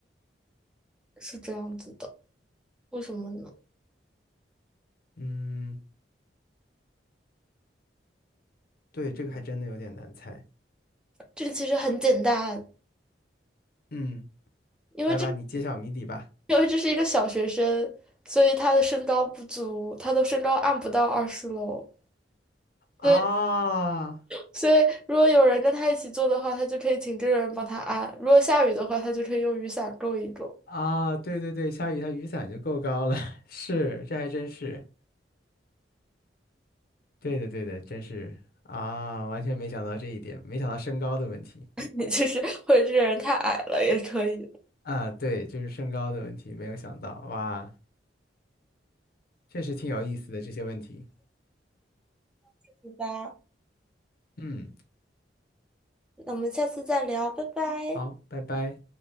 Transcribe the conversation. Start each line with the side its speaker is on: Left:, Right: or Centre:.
Centre: 是这样子的，为什么呢？
Left: 嗯，对，这个还真的有点难猜。
Centre: 这个其实很简单，
Left: 嗯，
Centre: 因为这
Left: 来吧，你揭晓谜底吧。
Centre: <laughs> 因为这是一个小学生，所以他的身高不足，他的身高按不到二十楼。所以，
Left: 啊。
Centre: 所以如果有人跟他一起做的话，他就可以请这个人帮他按；如果下雨的话，他就可以用雨伞够一够，
Left: 啊，对对对，下雨它雨伞就够高了，<laughs> 是，这还真是，对的对的，真是啊，完全没想到这一点，没想到身高的问题
Centre: <laughs> 其实或者这个人太矮了也可以。
Left: 啊，对，就是身高的问题，没有想到，哇，确实挺有意思的这些问题，
Centre: 对吧，
Left: 嗯，
Centre: 那我们下次再聊，拜拜。
Left: 好，拜拜。